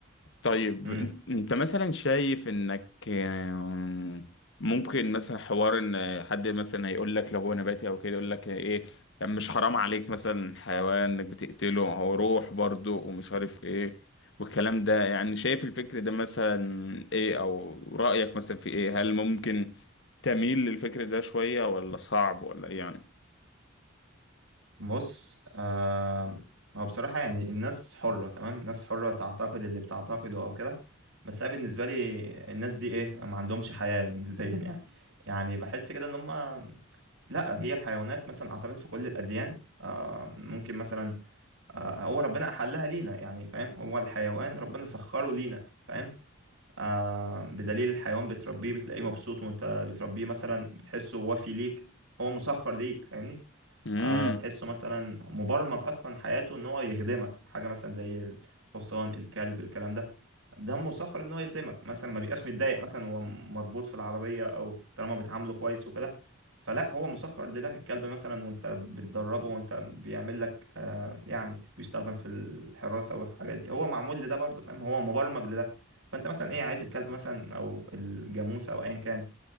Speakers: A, on the left; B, on the right.
A: طيب
B: يعني
A: إن- انت مثلا شايف انك آم، ممكن مثلا حوار ان حد مثلا هيقول لك لو هو نباتي او كده يقول لك ايه طب مش حرام عليك مثلا حيوان انك بتقتله هو روح برضه ومش عارف ايه والكلام ده يعني شايف الفكر ده مثلا ايه او رأيك مثلا في ايه هل ممكن تميل للفكر ده شوية ولا صعب ولا إيه يعني
B: بص آه هو بصراحة يعني الناس حرة تمام الناس حرة تعتقد اللي بتعتقده أو كده بس أنا بالنسبة لي الناس دي إيه ما عندهمش حياة نسبيا يعني يعني بحس كده إن هما لا هي الحيوانات مثلا أعتقد في كل الأديان آه ممكن مثلا آه هو ربنا أحلها لينا يعني فاهم هو الحيوان ربنا سخره لينا فاهم آه بدليل الحيوان بتربيه بتلاقيه مبسوط وأنت بتربيه مثلا بتحسه وفي ليك هو مسخر ليك فاهمني
A: امم
B: آه، تحسه مثلا مبرمج اصلا حياته ان هو يخدمك حاجه مثلا زي الحصان الكلب الكلام ده ده مسخر ان هو يخدمك مثلا ما بيبقاش متضايق مثلا هو مربوط في العربيه او طالما بتعامله كويس وكده فلا هو مسخر لده الكلب مثلا وانت بتدربه وانت بيعمل لك آه يعني بيستخدم في الحراسه والحاجات دي هو معمول لده برضه فاهم هو مبرمج لده فانت مثلا ايه عايز الكلب مثلا او الجاموسه او ايا كان